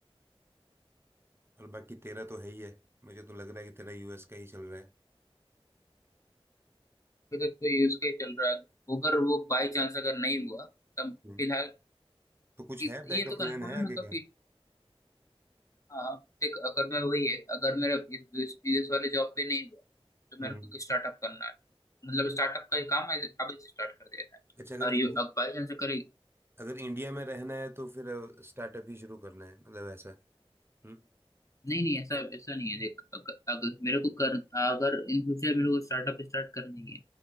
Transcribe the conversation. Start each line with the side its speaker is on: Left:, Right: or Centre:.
Right: और बाकी तेरा तो है ही है मुझे तो लग रहा है कि तेरा यूएस का ही चल रहा है
Left: अगर तो ये यूज केस चल रहा है अगर वो बाई चांस अगर नहीं हुआ तब
Right: हम्म।
Left: फिलहाल
Right: तो कुछ
Left: कि-
Right: है बैकअप
Left: ये तो कंफर्म
Right: प्लान है
Left: है
Right: आगे
Left: मतलब
Right: का
Left: कि आ, देख अगर मैं वही है अगर मेरा इस इस इस वाले जॉब पे नहीं हुआ तो
Right: हम्म
Left: मेरे को स्टार्टअप करना है मतलब स्टार्टअप का ही काम है अभी से स्टार्ट कर देना है
Right: अच्छा अगर
Left: और
Right: इंडि-
Left: ये अब बाई चांस अगर
Right: अगर इंडिया में रहना है तो फिर स्टार्टअप ही शुरू करना है मतलब ऐसा हम्म
Left: नहीं नहीं ऐसा ऐसा नहीं है देख अगर, अगर मेरे को कर अगर इन फ्यूचर मेरे को स्टार्टअप स्टार्ट करनी है